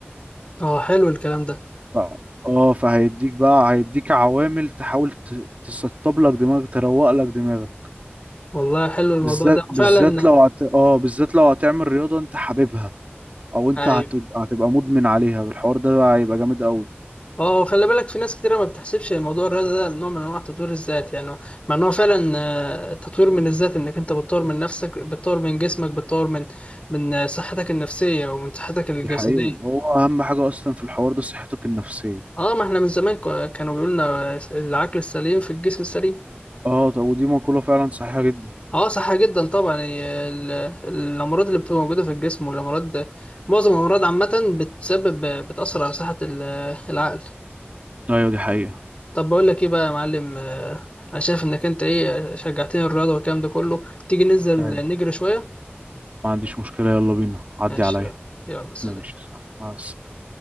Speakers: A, on the left; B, on the right.
A: اه حلو الكلام ده
B: ف... اه فهيديك بقى هيديك عوامل تحاول ت- تسطب لك دماغك تروق لك دماغك
A: والله حلو الموضوع
B: بالذات
A: ده
B: بالذات
A: فعلا
B: لو هت... اه بالذات لو هتعمل رياضة انت حاببها او انت
A: ايوه
B: هت... هتبقى مدمن عليها بالحوار ده هيبقى جامد قوي
A: اه خلي بالك في ناس كتيرة ما بتحسبش موضوع الرياضة ده نوع من انواع تطوير الذات يعني مع ان هو فعلا آه، تطوير من الذات انك انت بتطور من نفسك بتطور من جسمك بتطور من من آه، صحتك النفسية ومن صحتك الجسدية
B: دي حقيقة هو اهم حاجة اصلا في الحوار ده صحتك النفسية
A: اه ما احنا من زمان كو- كانوا بيقولوا لنا العقل السليم في الجسم السليم
B: اه طب ودي مقولة فعلا صحيحة جدا
A: اه صح جدا طبعا هي ال- الامراض اللي بتبقى موجودة في الجسم والامراض معظم الامراض عامة بتسبب بتأثر على صحة ال- العقل
B: ايوه دي حقيقة
A: طب بقول لك ايه بقى يا معلم آه، انا شايف انك انت ايه شجعتني الرياضه والكلام ده كله تيجي ننزل
B: ايوه
A: نجري شويه
B: ما عنديش مشكلة يلا بينا عدي
A: ماشي
B: عليا
A: يلا يلا سلام
B: ماشي صح مع السلامة